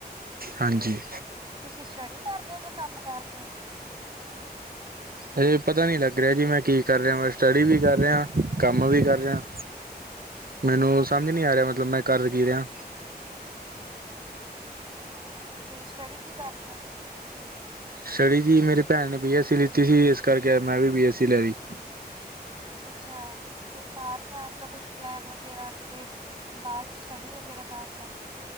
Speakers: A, on the right; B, on the right.
A: ਹਾਂਜੀ
B: <unintelligible> ਤੁਸੀਂ ਸਟੱਡੀ ਕਰਦੇ ਹੋ ਜਾਂ ਕੰਮ ਕਰਦੇ ਹੋ?
A: ਹਜੇ ਪਤਾ ਨੀ ਲੱਗ ਰਿਹਾ ਜੀ ਮੈਂ ਕੀ ਕਰ ਰਿਹਾ ਮ ਸਟੱਡੀ ਵੀ ਕਰ ਰਿਹਾ ਕੰਮ ਵੀ ਕਰ ਰਿਹਾ। ਮੈਨੂੰ
B: ਅੱਛਾ ਅੱਛਾ
A: ਸਮਝ ਨੀ ਆ ਰਿਹਾ ਮਤਲਬ ਮੈਂ ਕਰ ਕੀ ਰਿਹਾ।
B: ਅੱਛਾ ਤੇ ਸਟੱਡੀ ਕੀ ਕਰਦੇ ਓ?
A: ਸਟਡੀ ਜੀ ਮੇਰੀ ਭੈਣ ਨੇ ਬੀਐੱਸਸੀ ਲਿੱਤੀ ਸੀ ਇਸ ਕਰਕੇ ਮੈਂ ਵੀ ਬੀਐੱਸਸੀ ਲੈ ਲੀ।
B: ਅੱਛਾ-ਅੱਛਾ ਤੁਸੀਂ ਫੇਰ ਬਾਰ ਜਾਣ ਦਾ ਕੁਛ ਪਲੈਨ ਵਗੈਰਾ ਕਿਤੇ ਬਾਹਰ ਸਟੱਡੀ ਵਗੈਰਾ ਕ ਦਾ।